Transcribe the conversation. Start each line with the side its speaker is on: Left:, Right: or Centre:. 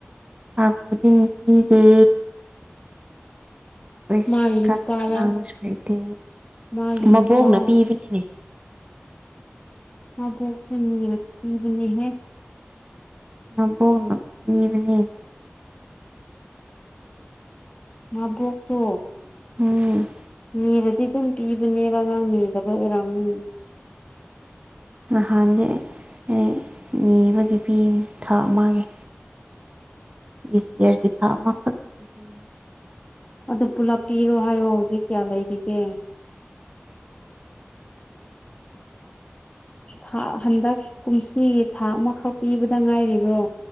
Right: ꯊꯥ ꯈꯨꯗꯤꯡ ꯄꯤꯗꯦ꯫ ꯑꯩꯩꯁꯨ
Left: ꯃꯥꯒꯤ
Right: ꯀꯟꯕ
Left: ꯅꯨꯄꯥꯗ
Right: ꯉꯥꯡꯕꯁꯨ ꯍꯩꯇꯦ
Left: ꯃꯥꯒꯤ
Right: ꯃꯕꯣꯛꯅ
Left: ꯅꯨꯄꯥ
Right: ꯄꯤꯕꯅꯤꯅꯦ꯫
Left: ꯑꯕꯣꯛꯁꯨ ꯅꯤꯔ ꯄꯕꯅꯤ ꯍꯦ꯫
Right: ꯃꯕꫭꯛꯅ ꯄꯤꯕꯅꯤ꯫
Left: ꯃꯕꫭꯛꯇꯣ
Right: ꯎꯝ꯫
Left: ꯅꯤꯔꯗꯤ ꯗꯨꯝ ꯄꯤꯕꯅꯦꯕ ꯅꯪ ꯅꯤꯗꯕ ꯑꯣꯏꯔꯝꯅꯤ꯫
Right: ꯅꯍꯥꯟꯗꯤ ꯑꯩ ꯅꯤꯕꯒꯤ ꯄꯤꯕꯅꯤ ꯊꯥ ꯑꯃꯒꯤ꯫ ꯗꯤꯁ ꯏꯌꯥꯔꯒꯤ ꯊꯥꯛ ꯑꯃꯈꯛꯇꯒꯤ ꯄꯤꯌꯦ꯫
Left: ꯑꯗꫭ ꯄꯨꯂꯞ ꯄꯤꯔꯣ ꯍꯥꯏꯌꯣ ꯍꯧꯖꯤꯛ ꯀꯌꯥ ꯂꯩꯔꯤꯒꯦ꯫ ꯊꯥ ꯍꯟꯗꯛ ꯀꯨꯝꯁꯤꯒꯤ ꯊꯥ ꯑꯃꯈꯛ ꯄꯤꯕꯗ ꯉꯥꯏꯔꯤꯕ꯭ꯔꯣ꯫